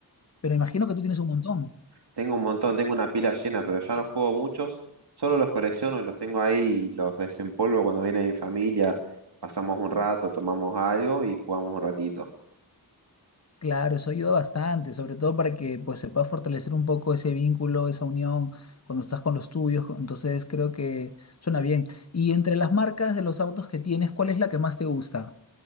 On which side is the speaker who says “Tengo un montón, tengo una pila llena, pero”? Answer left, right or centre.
Right